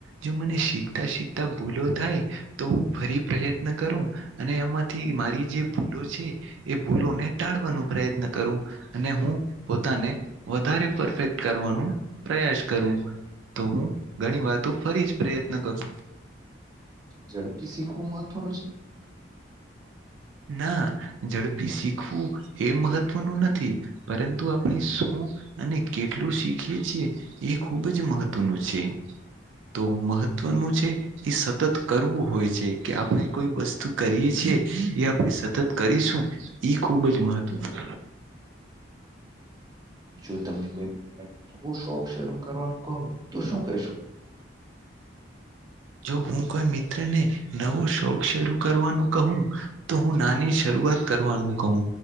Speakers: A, on the right (about 80°); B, on the right (about 20°).
A: જો મને શીખતા શીખ ત્યાં ભૂલો થાય તો હું ફરી પ્રયત્ન કરું અને એમાં થી મારી જે ભૂલો છે એ ભૂલોને ટાળવાનો પ્રયત્ન કરું અને હું પો તાણે વધારે પરફેક્ટ કરવાનું પ્રયાસ કરું તો હું ઘણી વાતો ફરી જ પ્રયત્ન કરું
B: ઝડપી શીખવું મહત્વનું છે
A: ના ઝડપી શીખવું એ મહત્વનું નથી પરંતુ આપણે શું અને કેટલું શીખીએ છીએ એ ખૂબ જ મહત્વનું છે તો મહત્વનું છે કી સતત કરવું હોય છે કે આપણે કોઈ વસ્તુ કરીએ છીએ યા સતત કરીશું ઈ ખુબ જ મહત્વનું
B: જો તમને કોઈવો નવો શોખ શરૂ કરવાનું કહો તો શું કહેશો?
A: જો હું કોઈ મિત્રને નવો શોખ શરૂ કરવાનું કહું તો હું નાની શરૂ વાત કરવાનું કહું